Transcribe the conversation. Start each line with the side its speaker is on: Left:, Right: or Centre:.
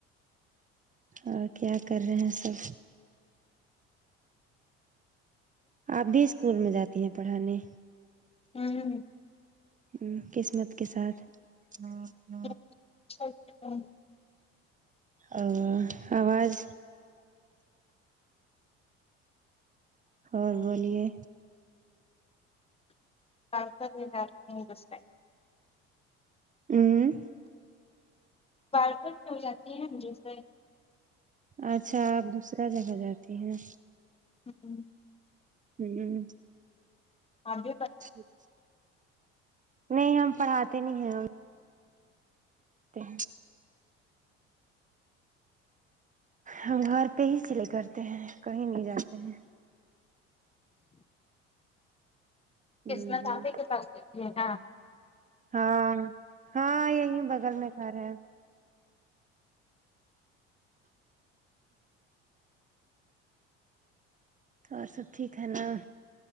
Right: اور کیا کر رہے ہیں سب آپ بھی اسکول میں جاتی ہیں پڑھانے
Left: ہوں
Right: ہ قسمت کے ساتھ ہمم
Left: ہچ اچ <unintelligible> ا ہ
Right: اور آواز اور بولیے
Left: کا کرزار <unintelligible> دوسر
Right: اوں
Left: بار پ <unintelligible> ٹ میں ہو جاتی ہے مجھے سے
Right: اچھا آپ دوسرا جگہ جاتی ہیں
Left: ہوں
Right: ہوں
Left: ہاں ج
Right: جچ نہیں ہم پڑھاتے نہیں ہیں ہم ہ ہم گھر پہ ہی سلے کرتے ہیں کہیں نہیں جاتے ہیں ہوں
Left: قسمت
Right: ہوں
Left: آپے کے پاس دےتی ہے کا
Right: ہاں ہاں یہی بغل میں گھر ہیں اور سب ٹھیک ہے نا